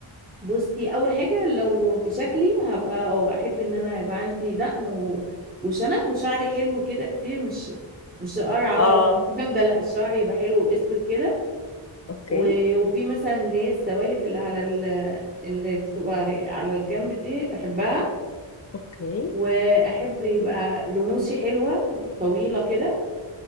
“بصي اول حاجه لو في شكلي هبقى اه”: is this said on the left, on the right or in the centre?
Right